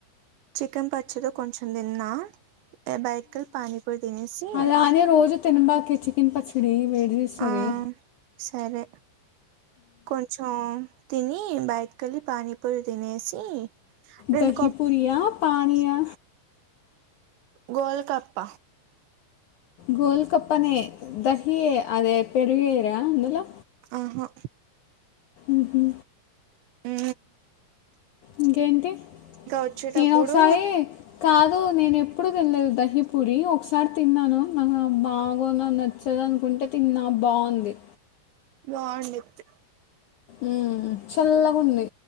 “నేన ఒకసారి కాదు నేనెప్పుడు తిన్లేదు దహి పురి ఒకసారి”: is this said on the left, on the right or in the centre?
Left